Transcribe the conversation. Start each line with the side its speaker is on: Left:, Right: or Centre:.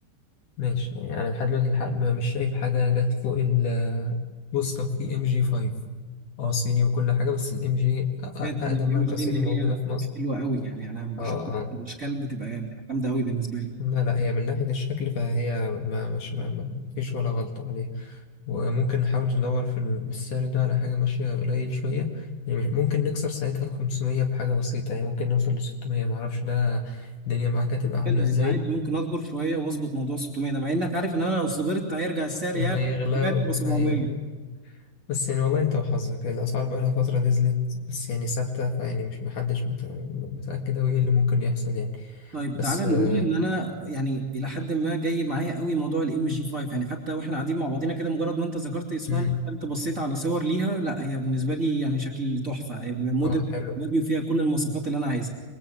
Left: ماشي يعني انا لحد دلوقتي الحق ما- مش شايف حاجة جت فوق ال بص طب في ام جي 5 اه صيني وكل حاجة بس الام جي اقدم
Right: بجد انا جاي
Left: ماركة
Right: مش جاي
Left: صيني
Right: ان هي
Left: موجودة في مصر
Right: حلوة قوي يعني انا بشوف
Left: اه اه
Right: الاشكال بتبقى جامدة قوي بالنسبة لي
Left: لا لا هي من ناحية الشكل فهي ما مش ما ما ما فيش ولا غلطة عليه وممكن نحاول ندور في ال- في السعر ده على حاجة ماشية قليل شوية يعني مش- ممكن نكسر ساعتها ال 500 بحاجة بسيطة يعني ممكن نوصل ل 600 معرفش ده الدنيا معاك هتبقى عاملة
Right: كده يعني
Left: ازاي
Right: عادي ممكن اصبر شوية واظبط موضوع 600 ده مع انك عارف ان انا لو صبرت هيرجع السعر
Left: <laughs>
Right: يا
Left: هيغلى
Right: 700
Left: وال...
Right: تبقى 700
Left: أيوه أيوه. بس يعني والله انت وحظك الأسعار بقى لها فترة نزلت بس يعني ثابتة فيعني مش محدش مت... متأكد أوي ايه اللي ممكن يحصل يعني
Right: طيب
Left: بس
Right: تعالى
Left: اه,
Right: نقول ان انا يعني الى حد ما جاي معايا قوي موضوع الام جي 5 يعني حتى واحنا قاعدين مع بعضينا كده مجرد ما انت ذكرت اسمها
Left: مم.
Right: انا دخلت بصيت على صور ليها لا هي بالنسبه لي يعني شكل تحفه هي موديل
Left: آه حلو
Right: شبابي وفيها كل المواصفات اللي انا عايزها